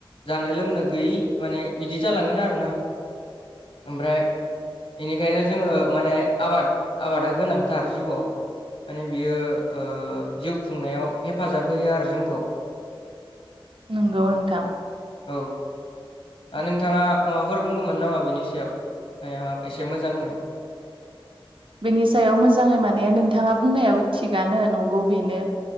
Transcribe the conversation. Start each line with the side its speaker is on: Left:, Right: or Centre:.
Left: जानो लोंनो गैयि माने बिदि जालांगोन आरो ना ओमफ्राय बेनिखायनो जोङो माने आबाद आबादा गोनांथार जिउआव माने बियो जिउ खुंनायाव हेफाजाब होयो आरो जोंखौ। <inaudible>
Right: नंगौ नोंथां।
Left: औ नोंथाङा माबाफोर बुंगौमोन नामा बिनि सायाव मे एसे मोजां हो
Right: बेनि सायाव मोजाङै माने नोंथाङा बुंनायाबो थिगानो नंगौ बेनो